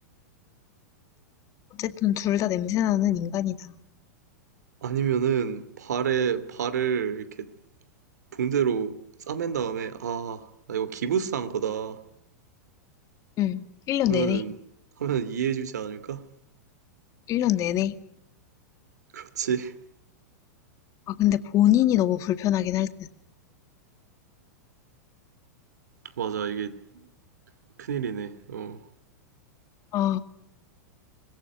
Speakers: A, on the left; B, on the right.
A: 어쨌든 둘 다 냄새나는 인간이다.
B: 아니면은, 발에, 발을 이렇게 붕대로 싸맨 다음에, 아, 나 이거 기부스한 거다.
A: 응. 1년
B: 하면은,
A: 내내.
B: 하면 이해해주지 않을까?
A: 1년 내내.
B: 그렇지. <laughs>
A: 아, 근데 본인이 너무 불편하긴 할 듯.
B: 맞아, 이게 큰일이네. 어,
A: 아,